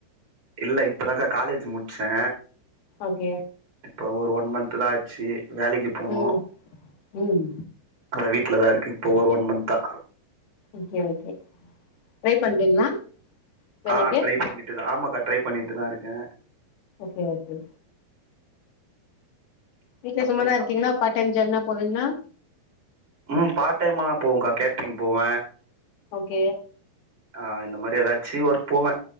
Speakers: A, on the right; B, on the left.
A: இல்ல இப்பதாக்கா காலேஜ் முடிச்சே
B: ஓகே
A: இப்போ ஒரு ஒன் மந்த்தா ஆச்சு வேலைக்கு போனு
B: ம், ம்
A: அதா வீட்லதா இருக்க இப்போ ஒரு ஒன் மந்த்தா
B: ஓகே ஓகே ட்ரை பண்றீங்களா வேலைக்கு
A: ஆ ட்ரை பண்ணிட்டுதா ஆமாக்கா ட்ரை பண்ணிட்டுதா இருக்கே
B: ஓகே ஓகே வீட்டு
A: அப்புறம்க்கா
B: சும்மாதா இருங்கீங்கனா பார்ட் டைம் ஜாப்னா போவிங்களா
A: ம் பார்ட் டைம்மாலா போவேக்கா கேட்டரிங் போவே
B: ஓகே
A: ஆ இந்த மாரி ஏதாச்சு ஒர்க் போவே